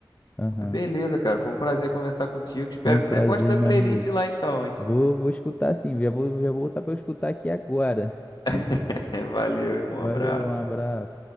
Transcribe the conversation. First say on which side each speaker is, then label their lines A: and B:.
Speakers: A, on the left; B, on the left.
A: aham.
B: Mas Beleza, cara, foi um prazer conversar contigo. Espero
A: Foi um
B: que
A: prazer,
B: você goste da
A: meu
B: playlist
A: amigo.
B: lá então, hein?
A: Vou, vou escutar sim, já vou, já vou voltar para escutar aqui agora.
B: <laughs> Valeu, irmão.
A: Valeu,
B: Abraço.
A: um abraço.